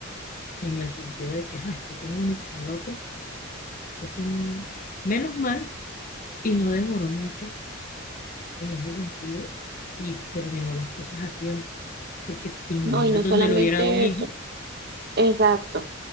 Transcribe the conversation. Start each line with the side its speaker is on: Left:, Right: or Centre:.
Left: en el sentido de que "Ah, estoy con uno y con el otro. Eso no, menos mal, y no demoró mucho en ese sentido y terminó las cosas a tiempo, porque te imaginas
Right: No, y no solamente
Left: donde lo hubiera dado un hijo,
Right: eso. Exacto.